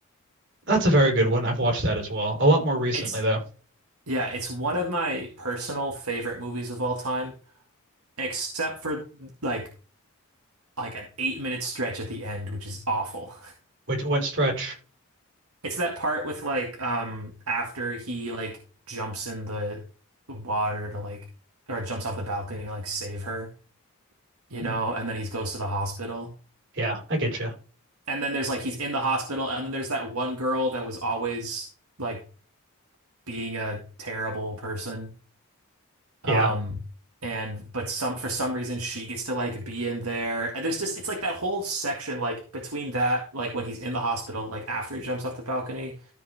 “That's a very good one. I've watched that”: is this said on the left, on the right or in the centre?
Right